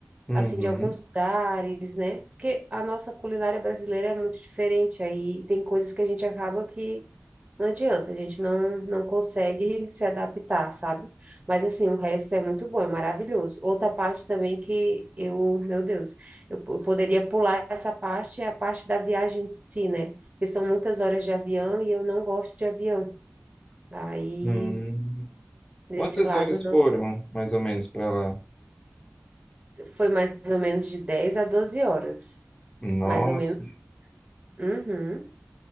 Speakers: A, on the left (about 20°); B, on the right (about 35°).
A: Uhum.
B: assim, de alguns lugares, né? Porque a nossa culinária brasileira é muito diferente, aí tem coisas que a gente acaba que não adianta, a gente não, não consegue se adaptar, sabe? Mas, assim, o resto é muito bom, é maravilhoso. Outra parte também que eu, meu Deus, eu po- eu poderia pular essa parte, é a parte da viagem em si, né? Porque são muitas horas de avião e eu não gosto de avião. Aí,
A: Hum.
B: desse
A: Quantas
B: lado,
A: horas
B: não
A: foram, mais ou menos, para lá?
B: foi mais ou menos de 10 a 12 horas,
A: Nossa,
B: mais ou menos. Uhum.